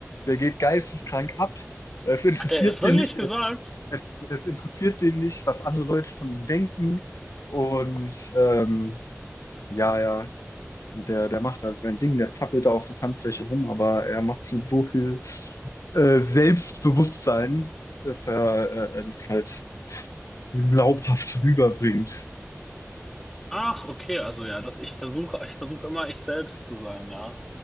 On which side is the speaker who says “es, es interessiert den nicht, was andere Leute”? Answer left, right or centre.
Left